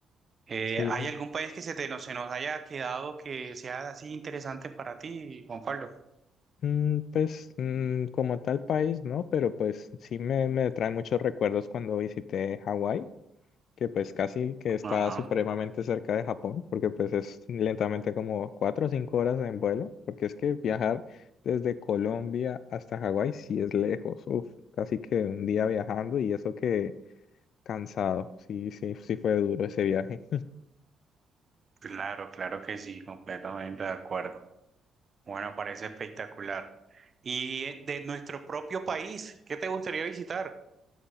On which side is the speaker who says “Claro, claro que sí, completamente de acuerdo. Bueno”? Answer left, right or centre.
Right